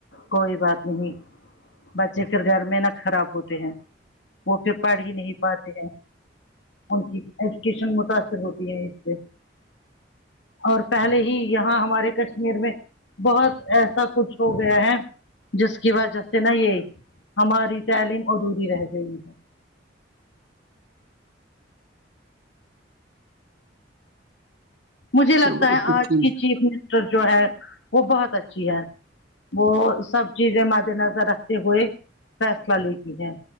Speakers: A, on the left; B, on the right.
A: کوئی بات نہیں بچے پھر گھر میں نہا خراب ہوتے ہیں وہ پھر پڑ ہی نہیں پاتے ہیں ان کی ایجوکیشن متاثر ہوتی ہے اس سے اور پہلے ہی یہاں ہمارے کشمیر میں بہت ایسا کچھ ہو گیا ہے جس کی وجہ سے نا یہ ہماری تعلیم ادھوری رہ گئی ہے مجھے لگتا
B: چلو
A: ہے
B: پھر
A: آج
B: ٹھیک
A: کی چیف منسٹر جو ہے وہ بہت اچھی ہے وہ سب چیزیں مد نظر رکھتے ہوئے فیصلہ لیتی ہے